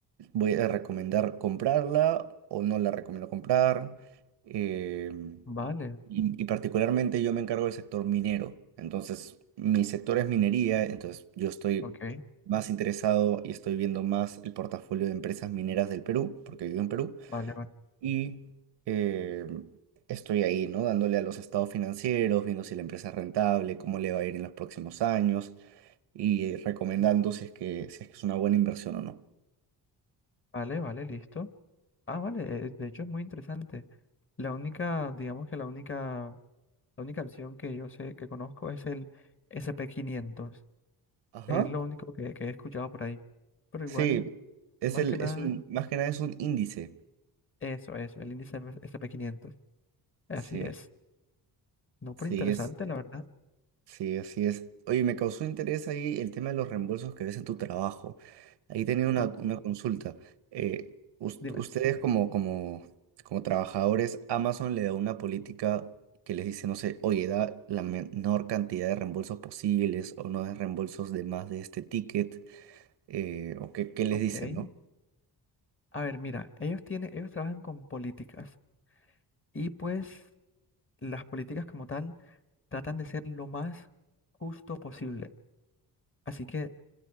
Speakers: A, on the right (about 85°); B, on the left (about 30°).
A: voy a recomendar comprarla o no la recomiendo comprar. eh,
B: vale,
A: y, y particularmente yo me encargo del sector minero. Entonces, mi sector es minería, entonces yo estoy
B: ok,
A: más interesado y estoy viendo más el portafolio de empresas mineras del Perú, porque vivo en Perú.
B: vale, vale,
A: Y eh, estoy ahí, ¿no? Dándole a los estados financieros, viendo si la empresa es rentable, cómo le va a ir en los próximos años y recomendando si es que, si es que es una buena inversión o no.
B: vale, vale, listo. Ah, vale, eh, de hecho es muy interesante. La única, digamos que la única, la única opción que yo sé, que conozco es el SP500.
A: Ajá.
B: Es lo único que, que he escuchado por ahí. Pero
A: Sí,
B: igual,
A: es
B: más
A: el,
B: que nada,
A: es un, más que nada es un índice.
B: eso, eso, el índice SP500. Así
A: Sí,
B: es. No, pero
A: sí
B: interesante,
A: es,
B: la verdad.
A: sí, así es. Oye, me causó interés ahí el tema de los reembolsos que ves en tu trabajo. Ahí tenía una,
B: Ah,
A: una consulta. Eh, us-
B: dime.
A: ustedes como, como, como trabajadores, Amazon le da una política que les dice, no sé, oye, da la menor cantidad de reembolsos posibles o no de reembolsos de más de este ticket, eh, o qué, qué les
B: Ok.
A: dicen, ¿no?
B: A ver, mira, ellos tienen, ellos trabajan con políticas y pues las políticas como tal tratan de ser lo más justo posible. Así que